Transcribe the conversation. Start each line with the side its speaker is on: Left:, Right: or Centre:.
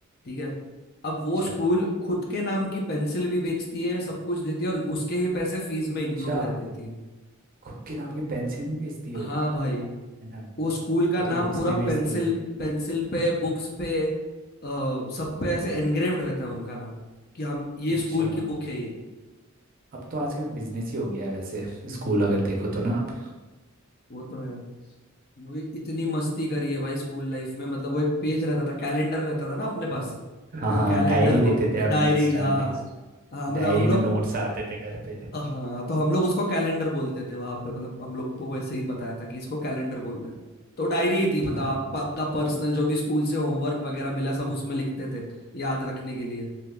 Left: ठीक है अब
Right: अच्छा
Left: वो स्कूल खुद के नाम की पेंसिल भी बेचती है सब कुछ देती है और उसके ही पैसे फीस में इंक्लूड
Right: अच्छा
Left: कर देती है
Right: खुद के नाम की पेंसिल भी बेचती है
Left: हाँ
Right: वो
Left: भाई
Right: है ना
Left: वो स्कूल का
Right: वो तो
Left: नाम
Right: बुक्स
Left: पूरा
Right: भी बेचती
Left: पेंसिल
Right: होगी
Left: पेंसिल पे बुक्स पे अ, सब पे ऐसे एनग्रेव्ड रहता है उनका नाम कि हम ये
Right: अच्छा
Left: स्कूल की बुक है ये
Right: अब तो आजकल बिजनेस ही हो गया है वैसे स्कूल
Left: हम्म हम्म,
Right: अगर देखो तो ना आप
Left: वो तो है वो इतनी मस्ती करी है भाई स्कूल लाइफ में मतलब वो एक पेज रहता था कैलेंडर रहता था ना अपने पास
Right: हाँ
Left: वो
Right: हाँ
Left: कैलेंडर
Right: डायरी देते
Left: वो
Right: थे हमें
Left: डायरी
Right: एक्स्ट्रा
Left: हाँ
Right: एक्स
Left: हाँ मतलब
Right: डायरी
Left: हम लोग
Right: में नोट्स आते थे घर पे
Left: हाँ तो हम लोग उसको कैलेंडर बोलते थे वहां पे मतलब हम लोग को वैसे ही बताया था कि इसको कैलेंडर बोलना है तो डायरी ही थी मतलब
Right: हाँ
Left: आप आपका पर्सनल जो भी स्कूल से होमवर्क वगैरह मिला सब उसमें लिखते थे याद रखने के लिए